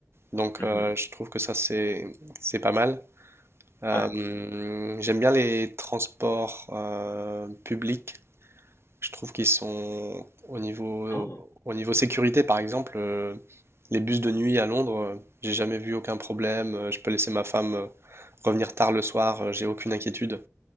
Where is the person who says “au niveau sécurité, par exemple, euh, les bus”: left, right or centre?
Right